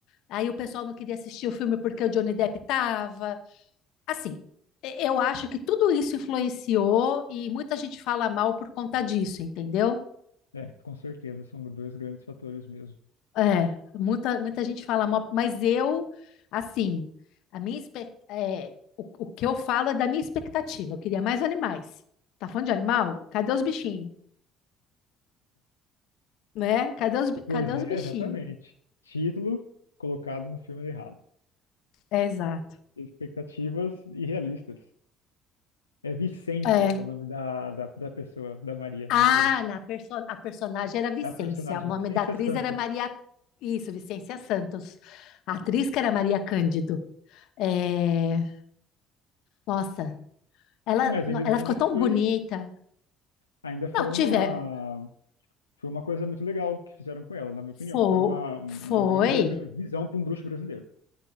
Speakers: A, on the left; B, on the left.
A: aí o pessoal não queria assistir o filme porque o Johnny Depp estava Assim, e- eu acho que tudo isso influenciou e muita gente fala mal por conta disso, entendeu?
B: É, com certeza, são dois grandes fatores mesmo.
A: É, muita, muita gente fala mal, mas eu, assim, a minha, espe- é, o, o que eu falo é da minha expectativa. Eu queria mais animais. Tá falando de animal? Cadê os bichinhos? Né? Cadê os, bi- cadê
B: Pois
A: os
B: é,
A: bichinhos?
B: exatamente. Título colocado no filme errado.
A: É, exato.
B: Expectativas irrealistas. É Vicência
A: É.
B: o nome da, da, da pessoa, da Maria,
A: Ah,
B: no filme.
A: na perso a personagem
B: É.
A: era Vicência.
B: A personagem
A: O nome
B: é Vicência
A: da atriz
B: Santos.
A: era Maria. Isso, Vicência Santos. A atriz que era Maria Cândido. É, Nossa, ela,
B: Mas ainda,
A: ela ficou
B: ainda
A: tão
B: foi,
A: bonita.
B: ainda foi
A: Não, tiver.
B: uma, foi uma coisa muito legal que fizeram com ela, na minha opinião.
A: Foi,
B: Foi uma, um,
A: foi,
B: uma grande ab- visão para um bruxo brasileiro.